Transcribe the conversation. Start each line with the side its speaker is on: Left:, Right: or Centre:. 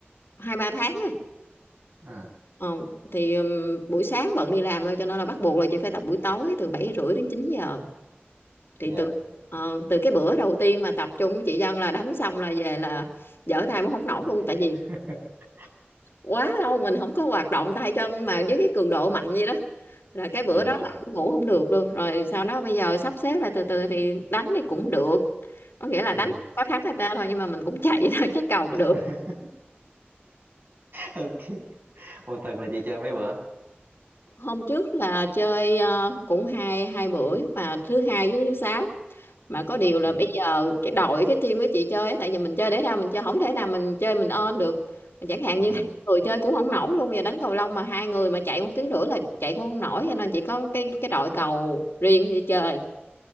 Left: hai ba tháng á.
Right: ừ
Left: ờ, thì ừm, buổi sáng bận đi làm rồi cho nên là bắt buộc là chị phải tập buổi tối từ bảy rưỡi đến 9 giờ thì
Right: dạ
Left: từ
Right: dạ
Left: ờ, từ cái bữa đầu tiên mà tập chung với chị Dân là đánh xong là về là dở tay cũng không nổi luôn tại
Right: <laughs>
Left: vì quá lâu mình không có hoạt động tay chân mà với cái cường độ mạnh vậy đó là cái bữa
Right: dạ
Left: đó
Right: dạ
Left: là ngủ không được luôn rồi sau đó bây giờ sắp xếp lại từ từ thì đánh thì cũng được có nghĩa là
Right: ừ
Left: đánh có thắng người ta thôi nhưng mà mình cũng chạy <laughs> vậy thôi chứ cầu
Right: <laughs>
Left: được
Right: ok một tuần là chị chơi mấy bữa
Left: hôm trước là chơi ờ, cũng hai hai buổi mà thứ hai với thứ sáu mà có điều là
Right: ừ
Left: bây giờ cái đội cái team của chị chơi ấy, tại vì mình chơi thể thao mình chơi không thể nào mình chơi mình ơn được chẳng hạn
Right: ừ
Left: như hai người chơi cũng không nổi luôn bây giờ đánh cầu lông mà hai người mà chạy một tiếng rưỡi là chạy cũng không nổi cho nên chỉ có cái cái đội cầu riêng đi chơi